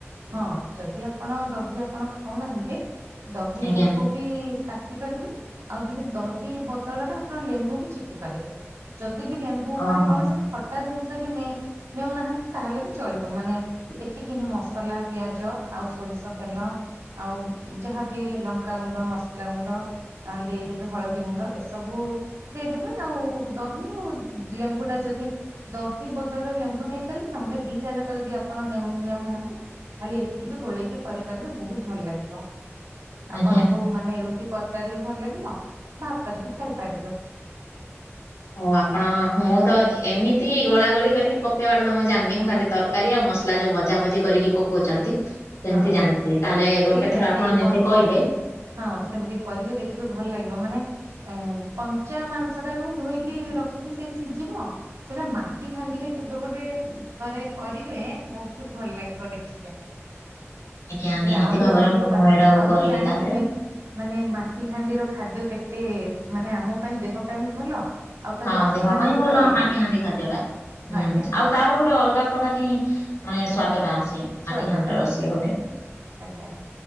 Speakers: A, on the right; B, on the left.
A: ହଁ ଯଦି ଆପଣ ଦହି ଆପଣ ଖାଉନାହାନ୍ତି ଦହିକୁ
B: ଆଜ୍ଞା।
A: ବି କାଟି ପାରିବେ ଆଉ ଯଦି ଦହି ବଦଳରେ ଆପଣ ଲେମ୍ବୁ ବି ଚିପି ପାରିବେ। ଯଦି ବି ଲେମ୍ବୁ
B: ଓହୋ।
A: ମାନେ କୌଣସି ଖଟା ଜିନିଷ ବି ନେ ନଉନାହାନ୍ତି ତାହେଲେ ବି ଚଳିବ ମାନେ ଏତିକି ହିଁ ମସଲା ପିଆଜ ଆଉ ସୋରିଷ ତେଲ ଆଉ ଯାହାବି ଲଙ୍କାଗୁଣ୍ଡ ମସ୍ଲା ଗୁଣ୍ଡ ଅଁ ଦେଇଦେବେ ହଳଦୀ ଗୁଣ୍ଡ ଏସବୁ ଦେଇଦେବେ ଆଉ ଦହି ଆଉ ଲେମ୍ବୁ ଟା ଯଦି ଦହି ବଦଳେ ଲେମ୍ବୁ ନେଇପାରିବେ ନହେଲେ ଦିଟା ଯାକ ଯଦି ଆପଣ ନେଉ ନେଉନାହାନ୍ତି ଖାଲି ଏତିକି ବି ଗୋଳେଇକି କରିପାରିବେ ବହୁତ୍ ଭଲ୍ ଲାଗିବ। ଆପଣଙ୍କୁ
B: ଆଜ୍ଞା
A: ମାନେ ରୁଟି ପର୍ଟାରେ ବି ଭଲ ଲାଗିବ ଭାତରେ ବି ଖାଇପାରିବେ।
B: ଓ ଆପଣ ମୁଁ ତ ଏମିତି ଗୋଳା ଗୋଳି କରିକି ପକେଇବାଟେ ତ ମୁଁ ଜାଣିନି ମୁଁ ଖାଲି ତର୍ କାରୀ ଆଉ ମସ୍ଲା ଯୋଉ ଭଜା ଭଜି କରିକି ପକଉଚନ୍ତି ସେମ୍ତି
A: ହଁ
B: ଜାଣିଥିଲି ତାହେଲେ ଗୋଟେ
A: ସେଇଟା
B: ଥର
A: ସେଇ
B: ଆପଣ ଯେମିତି
A: କଞ୍ଚା
B: କଇଲେ
A: ହଁ ସେମିତି କରିବେ ଦେଖିବେ ଭଲ ଲାଗିବ ମାନେ ଏଁ କଞ୍ଚା ମାଂସ ଟାକୁ ଧୋଇକି ରଖିକି ସେଇ ସିଝିବ ସେଇଟା ମା ଟି ହାଣ୍ଡିରେ କେବେ ଗୋଟେ ଥରେ କରିବେ ବହୁତ୍ ଭଲ ଲାଗିବ ଦେଖିବେ।
B: ଆଜ୍ଞା
A: ସେଟା
B: ନିହାତି
A: ଆହୁରି
B: ଭାବରେ
A: ଅଧିକ
B: ମୁଁ
A: ବାସ୍
B: ଏଇଟାକୁ
A: ଆଉ
B: କରିବି
A: ତ ଜାଣିଥିବେ
B: ତାହେଲେ
A: ମାନେ ମାଟି ହାଣ୍ଡିର ଖାଦ୍ୟ କେତେ ମାନେ ଆମ ପାଇଁ ଦେହ ପାଇଁ ଭଲ। ଆଉ ତାର
B: ହଁ
A: ବାସ୍ନା
B: ଦେହ ପାଇଁ
A: ବି ଗୋଟେ
B: ଭଲ
A: ଅଲଗା
B: ମାଟି ହାଣ୍ଡି ଖାଦ୍ୟଟା। ହୁଁ
A: ଆଜ୍ଞା।
B: ଆଉ ତାର ଗୋଟେ ଅଲଗା ପ୍ରକାର ହିଁ ମାନେ ସ୍ବାଦ ଟା ଆସେ
A: ସ୍ଵାଦଟା
B: ମାଟି ହାଣ୍ଡି ର ରୋଷେଇ
A: ଆସେ
B: ଗୋଟେ।
A: ଆଜ୍ଞା